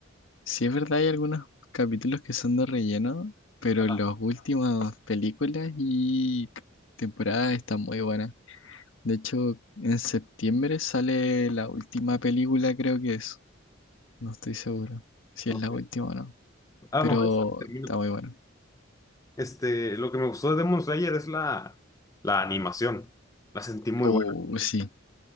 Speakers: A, on the left; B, on the left.
A: si es verdad hay algunos capítulos que son de relleno, pero
B: Ajá.
A: las últimas películas y temporadas están muy buenas. De hecho, en septiembre sale la última película, creo que es. No estoy seguro si
B: Ok.
A: es la última o no,
B: A
A: pero
B: lo mejor sí la termino.
A: está muy bueno.
B: Este, lo que me gustó de Demon Slayer es la, la animación. La sentí muy
A: Oh,
B: buena.
A: sí.